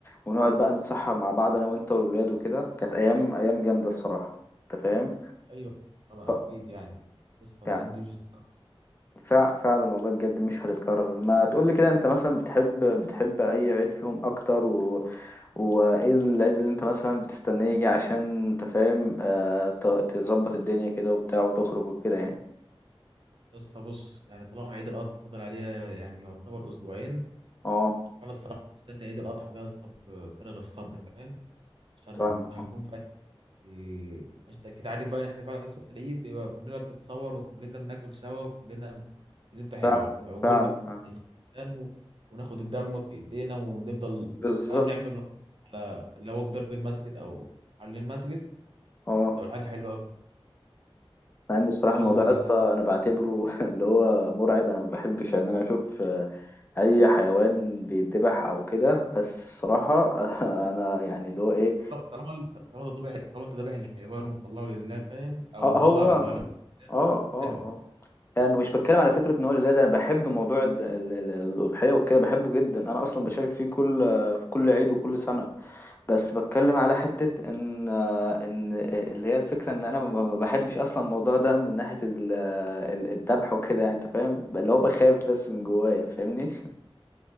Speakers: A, on the left (about 25°); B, on the right (about 60°).
A: ونقعد بقى نتسحر مع بعض أنا وأنت والولاد وكده كانت أيام أيام جامدة الصراحة أنت فاهم؟
B: ايوه طبعا
A: ف...
B: اكيد يعني يا اسطى
A: يعني
B: الايام دي مش هتتكرر
A: فع فعلا والله بجد مش هتتكرر ما تقولي كده أنت مثلا بتحب بتحب أي عيد فيهم أكتر و... وايه العيد اللي انت مثلا بتستناه يجي عشان انت فاهم آه ت- تظبط الدنيا كده وبتاع وتخرج وكده يعني
B: يا اسطى بص يعني طالما عيد الاضحى فاضل عليها يعني يعتبر اسبوعين
A: اه
B: فانا الصراحه مستني عيد الاضحى ده يا اسطى بفارغ الصبر فاهم عشان
A: فاهمك
B: هكون
A: آه.
B: فاهم يعني انت اكيد عارف بقى ان احنا بعد صلاه العيد بيبقى كلنا بنتصور وكلنا بناكل سوا وكلنا بنذبح
A: فعلا
B: الع- العجول
A: فعلا
B: بقى
A: فعلا
B: بنذبح الخرفان و- وناخد الدم في ايدينا ونفضل
A: بالظبط
B: فاهم نعمل على لو جدار المسجد او على المسجد
A: اه
B: تبقى حاجه حلوه قوي
A: مع ان الصراحه
B: يعني
A: الموضوع يا اسطى انا بعتبره <laughs> اللي هو مرعب انا ما بحبش ان انا اشوف آه، اي حيوان بيتذبح او كده بس الصراحه <laughs> آه، انا يعني اللي هو ايه
B: طالما طالما انت طالما انت ذابح طالما انت ذابح الحيوان ومطلعه لله فاهم او
A: اه
B: مطلع
A: هو اه
B: اغلبه لله،
A: اه اه
B: حلوه
A: انا مش بتكلم على فكره ان هو لا ده انا بحب موضوع الد- ال- ال- الاضحيه وكده بحبه جدا انا اصلا بشارك فيه كل في كل عيد وكل سنه بس بتكلم على حتة ان آه، ان آه، اللي هي الفكرة ان انا ما ما بحبش اصلا الموضوع ده من ناحية ال- آه، ال- الذبح وكده يعني انت فاهم اللي هو بخاف بس من جوايا فاهمني <laughs>